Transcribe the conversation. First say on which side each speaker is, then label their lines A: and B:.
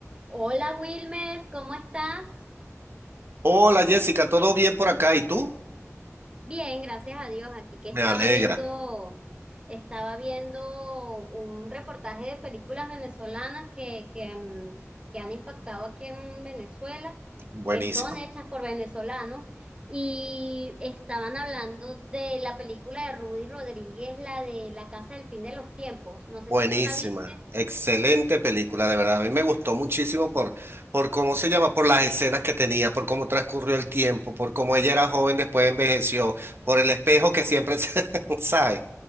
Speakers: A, on the right; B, on the right.
A: Hola Wilmer, ¿cómo estás?
B: Hola Jessica, ¿todo bien por acá? ¿Y tú?
A: Bien, gracias a Dios. Aquí que estaba
B: Me alegra.
A: viendo, estaba viendo un reportaje de películas venezolanas que, que, mm, que han impactado aquí en Venezuela,
B: Buenísima.
A: que son hechas por venezolanos, y estaban hablando de la película de Rudy Rodríguez, la de La Casa del Fin de los Tiempos. No
B: Buenísima.
A: sé si tú la viste.
B: Excelente película, de verdad. A mí me gustó muchísimo por, por cómo se llama, por las escenas que tenía, por cómo transcurrió el tiempo, por cómo ella era joven, después envejeció, por el espejo que siempre se, <laughs> ¿sabes?